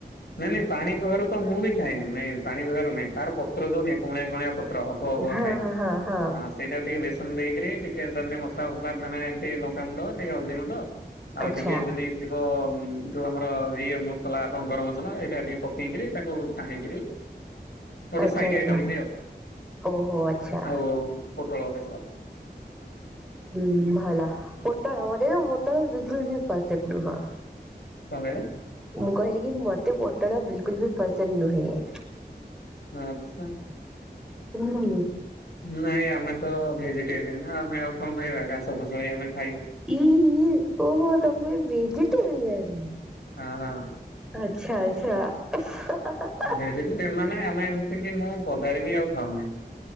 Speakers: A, on the left; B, in the centre.
A: ନାଇଁ ନାଇଁ ପାଣି ପାଖାରୁ ତ ମୁଁ ବି ଖାଇନି ନାଇ ପାଣିକଖାରୁ ନାଇଁ ତାର ପତ୍ର ଯଉ ନାଇଁ କଅଁଳିଆ କଅଁଳିଆ ପ ତ୍ର ଅଗ ଅଗ
B: ହଁ
A: ଥାଏ ଏ
B: ହଁ ହଁ ହଁ
A: ସେଇଟାକୁ ଟିକେ ବେଶ ନ୍ ଦେଇକିରି ଟିକେ ତା ଦେହରେ ମସଲା ଫସଲା ମାନେ ଏମିତି ଲଙ୍କା ଗୁଣ୍ଡ ଟିକେ ହଳଦୀ ଗୁଣ୍ଡ ଆଉ
B: ଆଚ୍ଛା।
A: ଟିକେ ଯଦି ଥିବ ଯୋଉ ଆମ ର ଇଏ ମସଲା ଙ୍କ ଗରମ ମସଲା ଏଇଟା ଟିକେ ପକେଇକିରି ତାକୁ ଛାଣିକିରି ଗୋଟେ
B: ଆଚ୍ଛା
A: ସାଇଟ୍
B: ଆଚ୍ଛା
A: ଆଇଟମ୍ ସିଏ
B: ଓହୋ ଆଚ୍ଛା
A: ଆଉ ଆଉ ପୋଟଳ ବେଶର।
B: ହୁଁ ଭଲ ପୋଟଳ ମତେ ପୋଟଳ ବିଲକୁଲ୍ ବି ପସନ୍ଦ ନୁହଁ।
A: କଣ କଇଲେ?
B: ମୁଁ କହିଲି କି ମୋତେ ପୋଟଳ ବିଲକୁଲ ବି ପସନ୍ଦ ନୁହେଁ
A: ଆଛା
B: ହୁଁ
A: ନାଇଁ ଆମେ ତ ଭେଜିଟେରିଆନ ନା ଆମେ ଆଉ କଣ କହିବା ଘାସ ଫାସ ହୋଇ ଗଲାଣି
B: ଇଇ ଓହୋ ତମେ ଭେଜିଟେରିୟନ
A: ହଁ ହଁ
B: ଆଛା ଆଛା ହା ହା
A: ଭେଜିଟେରିୟାନ୍ ମାନେ ଆମେ ଏମିତିକି ମୁଁ ବଜାରୁ ବି ଆଉ ଖାଉନାହିଁ